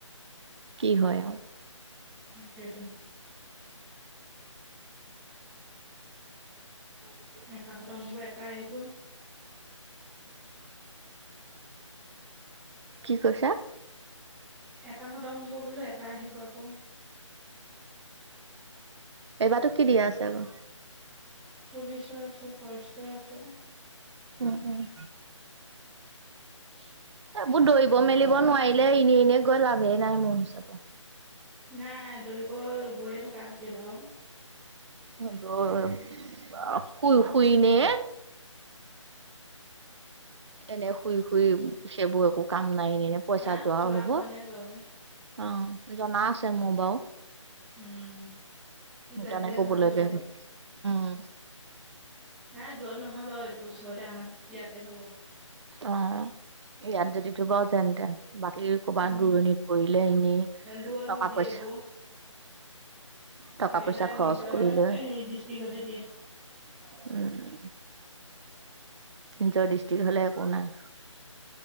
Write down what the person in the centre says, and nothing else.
তাকেতো।
এটা খতম হ'ব এটা আহিব।
এটা খতম হ'ব বোলো এটা আহিব আকৌ।
পুলিচৰ আছে, ফৰেষ্টৰ আছে।
<unintelligible>
নাই দৌৰিব গৈয়ে থকা হৈছে বাও।
নাই
খোৱা
হোৱা নাই বাৰু
উম
জানিলে
ভাল
বাৰু
হ দূৰত নহয় বাৰু এইটো ওচৰতে আমাৰ ইয়াতে হ'ব।
উম
দূৰত
নিদিয়ে
এইবোৰ
সেইকেইটা
নিজৰ
হেৰি ডিষ্ট্ৰিক্টতে দিয়ে।